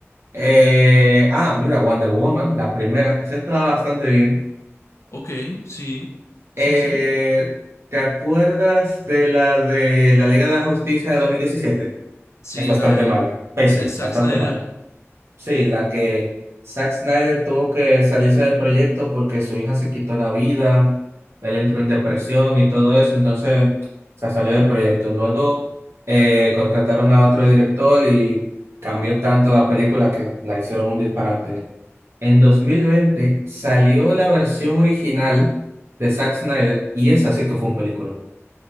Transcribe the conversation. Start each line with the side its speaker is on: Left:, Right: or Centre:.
Right: eh, ah, mira, Wonder Woman, la primera, esa estaba bastante bien.
Left: Ok, sí, sí,
Right: Eh,
Left: sí.
Right: ¿te acuerdas de la de la Liga de la Justicia de 2017?
Left: Sí,
Right: Es bastante
Left: la de,
Right: mala, pésima,
Left: la de Zack
Right: bastante
Left: Snyder.
Right: mala. Sí, la que Zack Snyder tuvo que salirse del proyecto porque su hija se quitó la vida, él entró en depresión y todo eso, entonces se salió del proyecto. Luego eh, contrataron a otro director y cambió tanto la película que la hicieron un disparate. En 2020 salió la versión original de Zack Snyder y esa sí que fue un película.